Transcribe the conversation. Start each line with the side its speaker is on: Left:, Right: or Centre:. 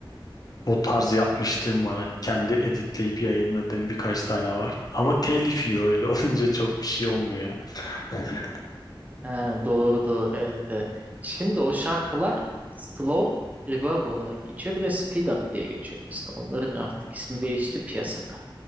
Left: o tarz yapmışlığım var hani kendi editleyip yayınladığım birkaç tane var ama telif yiyor öyle <laughs> olunca çok bir şey olmuyor ya. <laughs>
Right: Ha, doğru doğru evet evet. Şimdi o şarkılar Slow Reverb olarak geçiyor. Bir de Speed Up diye geçiyor mesela. Onların artık ismi değişti piyasada.